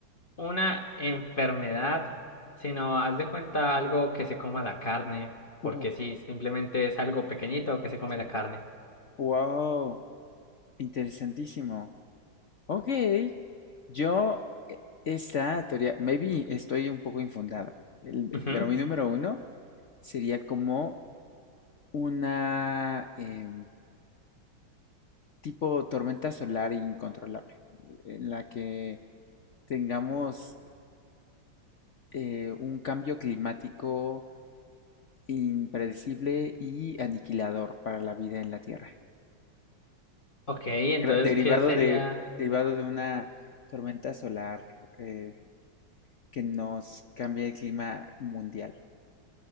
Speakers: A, on the left; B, on the left.
A: una enfermedad, sino haz de cuenta algo que se coma la carne, porque
B: Uh,
A: sí, simplemente es algo pequeñito que se come
B: sí.
A: la carne.
B: Wow, interesantísimo. Ok, yo, e- esta teoría, maybe estoy un poco infundado, el-
A: Ujú.
B: pero mi número uno sería como una... em, tipo tormenta solar incontrolable, en la que tengamos eh, un cambio climático impredecible y aniquilador para la vida en la Tierra,
A: Ok, entonces,
B: gra- derivado
A: ¿qué sería?
B: de, derivado de una tormenta solar eh, que nos cambia el clima mundial,